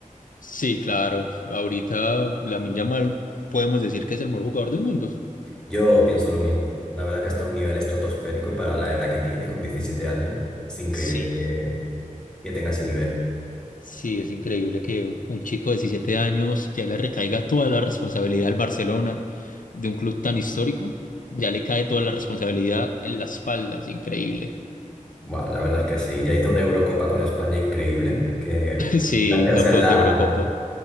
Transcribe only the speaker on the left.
Sí, claro, ahorita Lamine Yamal podemos decir que es el mejor jugador del mundo.
Sí,
Sí, es increíble que un chico de 17 años ya le recaiga toda la responsabilidad al Barcelona de un club tan histórico. Ya le cae toda la responsabilidad en las espaldas, increíble. <laughs>
Sí,
campeón
de Eurocopa.